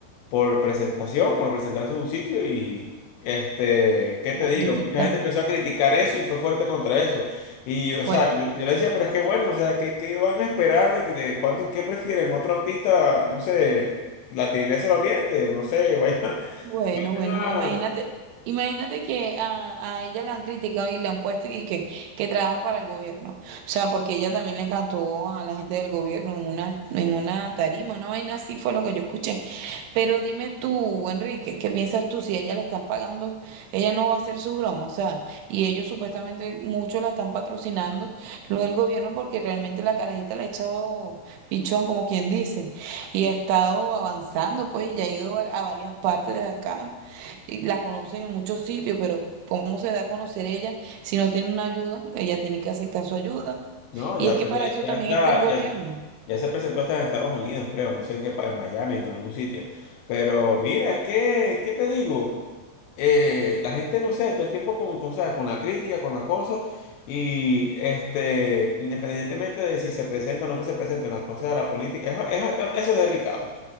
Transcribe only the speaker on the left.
por presentación, por presentarse en un sitio y, este, ¿qué te
digo?
Mucha gente empezó a criticar eso y fue fuerte contra eso. Y, o
sea, yo, yo le decía, pero es que bueno, o sea, ¿qué, qué van a esperar de, que- de cuánto, qué prefieren? Otro artista, no sé, La Tigresa del Oriente, no sé, vaya.
<laughs>
Ah,
No,
ya,
pues,
ya,
ya
está,
ya Ya se presentó hasta en Estados Unidos, creo, no sé en qué país, en Miami, en algún sitio. Pero mira, es que, ¿qué te digo? Eh, la gente, no sé, todo el tiempo con, con, ¿sabes? con la crítica, con la cosa, y este, independientemente de si se presenta o no se presenta en la cosa de la política, es, es bastante, eso es delicado.